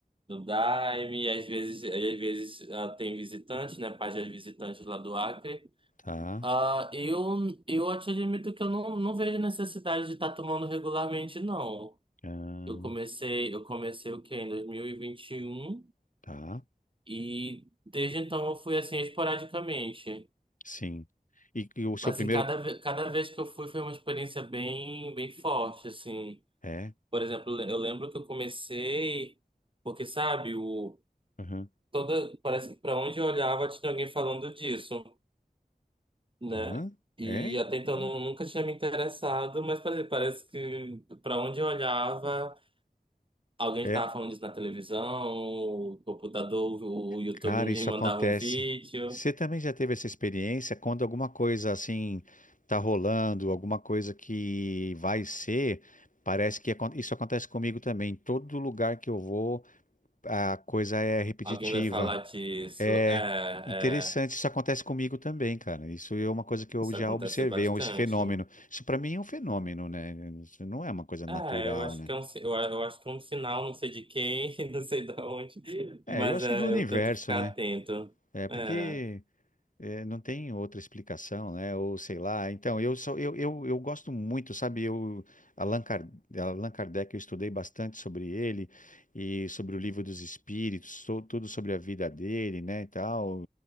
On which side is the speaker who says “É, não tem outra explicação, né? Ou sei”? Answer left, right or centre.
Left